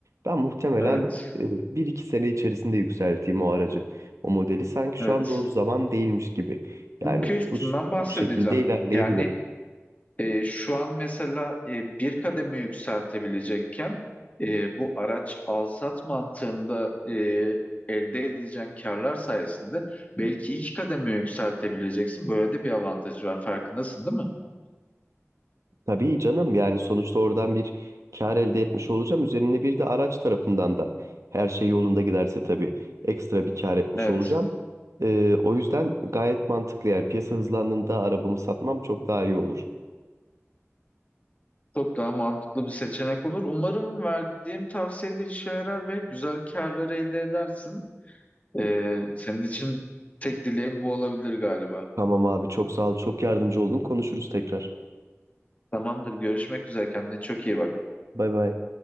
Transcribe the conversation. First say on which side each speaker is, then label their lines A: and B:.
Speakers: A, on the right; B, on the left.
A: Ben muhtemelen
B: Evet.
A: e, bir iki sene içerisinde yükselteyim o aracı. O modeli sanki
B: Evet.
A: şu an doğru zaman değilmiş gibi. Yani
B: Çünkü üstünden
A: bu, ş-
B: bahsedeceğim.
A: bu şekilde ilerleyebilirim.
B: Yani e, şu an mesela e, bir kademe yükseltebilecekken e, bu araç alsat mantığında e, elde edeceğin karlar sayesinde belki iki kademe yükseltebileceksin. Böyle de bir avantajı var. Farkındasın değil mi?
A: Tabii canım yani sonuçta oradan bir kar elde etmiş olacağım. Üzerine bir de araç tarafından da her şey yolunda giderse tabii ekstra bir kar etmiş
B: Evet.
A: olacağım. Ee, o yüzden gayet mantıklı yani piyasa hızlandığında arabamı satmam çok daha iyi olur.
B: Çok daha mantıklı bir seçenek olur. Umarım verdiğim tavsiyeler işe yarar ve güzel karlar elde edersin. E, senin için tek dileğim bu olabilir galiba.
A: Tamam abi çok sağ ol çok yardımcı oldun konuşuruz tekrar.
B: Tamamdır. Görüşmek üzere. Kendine çok iyi bak.
A: Bay bay.